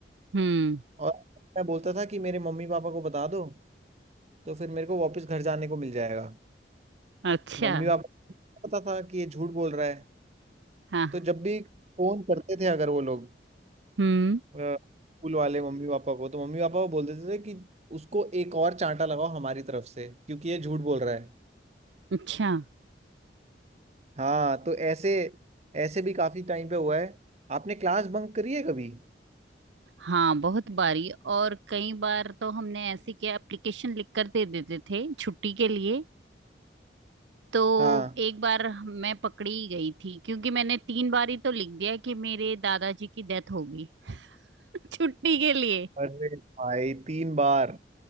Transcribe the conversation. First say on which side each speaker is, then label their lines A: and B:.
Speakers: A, on the right (about 85°); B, on the right (about 35°).
A: हम्म
B: और मैं बोलता था कि मेरे मम्मी पापा को बता दो तो फिर मेरे को वापस घर जाने को मिल जाएगा
A: अच्छा
B: मम्मी पापा को पता था कि ये झूठ बोल रहा है
A: हाँ
B: तो जब भी फोन करते थे अगर वो लोग
A: हम्म
B: स्कूल वाले मम्मी पापा को तो मम्मी पापा को बोल देते थे कि उसको एक और चांटा लगाओ हमारी तरफ से क्योंकि ये झूठ बोल रहा है
A: अच्छा
B: हाँ तो ऐसे ऐसे भी काफी टाइम पे हुआ है आपने क्लास बंक करी है कभी
A: हाँ बहुत बारी और कई बार तो हमने ऐसे किया एप्लीकेशन लिख कर दे देते थे छुट्टी के लिए तो
B: हाँ
A: एक बार मैं पकड़ी गई थी क्योंकि मैंने तीन बार ही तो लिख दिया कि मेरे दादाजी की डेथ हो गई <laughs> छुट्टी के लिए
B: अरे भाई तीन बार